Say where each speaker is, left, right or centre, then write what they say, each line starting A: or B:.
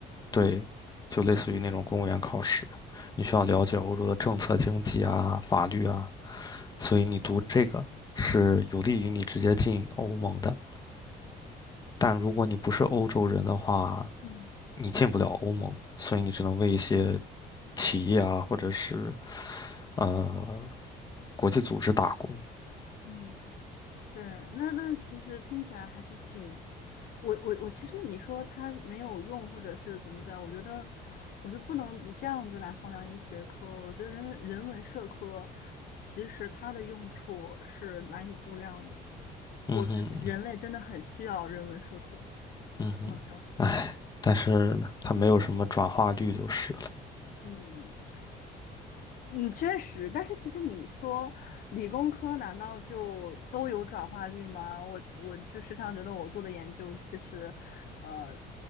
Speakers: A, on the left (about 25°); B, on the left (about 60°).
A: 对，就类似于那种公务员考试，你需要了解欧洲的政策、经济啊、法律啊，所以你读这个是有利于你直接进欧盟的。但如果你不是欧洲人的话，
B: 嗯
A: 你进不了欧盟，所以你只能为一些企业啊，或者是呃国际组织打工。
B: 嗯，对，那那其实听起来还是挺，我我我其实你说它没有用，或者是怎么的，我觉得我就不能以这样子来衡量一个学科。我觉得人文人文社科其实它的用处是难以估量的。
A: 嗯哼，
B: 我人人类真的很需要人文社科，
A: 嗯哼，
B: 好像，
A: 哎，但是它没有什么转化率就是了。
B: 嗯嗯，确实，但是其实你说理工科难道就都有转化率吗？我我就时常觉得我做的研究其实，呃，